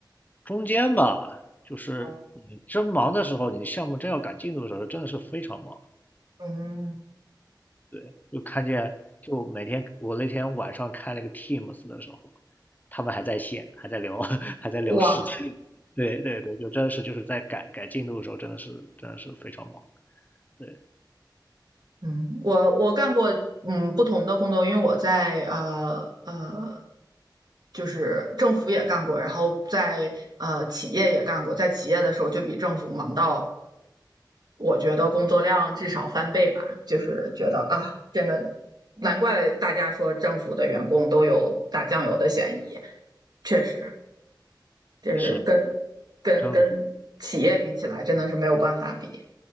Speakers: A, on the left (about 20°); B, on the right (about 60°).
A: 中间吧，就是你真忙的时候，
B: 嗯
A: 你项目真要赶进度的时候，真的是非常忙。
B: 嗯
A: 对，就看见，就每天我那天晚上开了个 Teams 的时候，他们还在线，还在聊，<laughs> 还在聊事情。
B: 我
A: 对对对，就真的是就是在赶赶进度的时候，真的是真的是非常忙。对，
B: 嗯我我干过嗯不同的工作，因为我在呃呃就是政府也干过，然后在呃企业也干过，在企业的时候就比政府忙到我觉得工作量至少翻倍吧，就是觉得啊真的难怪大家说政府的员工都有打酱油的嫌疑，确实。就是跟跟跟企业比起来，
A: 是，真的，
B: 真的是没有办法比。